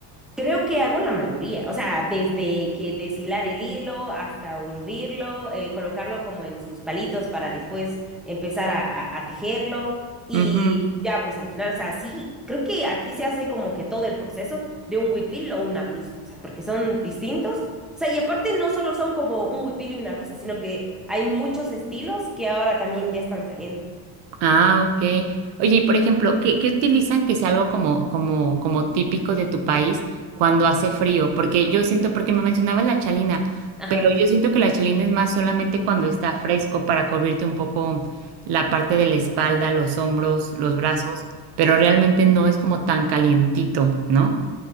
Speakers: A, in the centre; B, on the right (about 65°).
A: Creo que hago la mayoría, o sea, desde que deshilar el hilo hasta urdirlo, eh, colocarlo como en sus palitos para después empezar a, a- a tejerlo y
B: Ujú.
A: ya pues al final, o sea, sí, creo que aquí se hace como que todo el proceso de un huipil o una blusa, o sea, porque son distintos, o sea, y aparte no solo son como un huipil y una blusa, sino que hay muchos estilos que ahora también ya están saliendo.
B: Ah, ok. Oye, y por ejemplo, ¿qué, qué utilizan que sea algo como, como, como típico de tu país cuando hace frío? Porque yo siento, porque me mencionabas la chalina,
A: Ajá.
B: pero yo siento que la chalina es más solamente cuando está fresco para cubrirte un poco la parte de la espalda, los hombros, los brazos, pero realmente no es como tan calientito, ¿no?